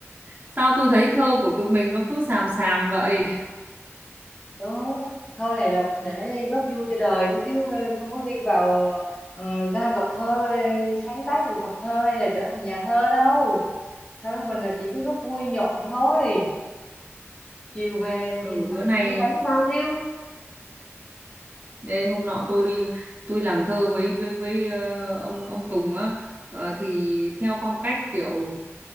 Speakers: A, on the right; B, on the left.
A: Sao tôi thấy thơ của tụi mình nó cứ xàm xàm vậy?
B: đó thơ này là để góp vui cho đời thôi chứ không có ghi vào ờ, ra gặp thơ sáng tác được hợp thơ hay là trở thành nhà thơ đâu thơ mình là chỉ có góp vui nhộn thôi chiều về
A: Ừ,
B: nhìn
A: bữa
B: mặt
A: nay
B: như bánh bao thiêu
A: ê, hôm nọ tôi tôi làm thơ với với với ờ, ông ông Tùng á ờ, thì theo phong cách kiểu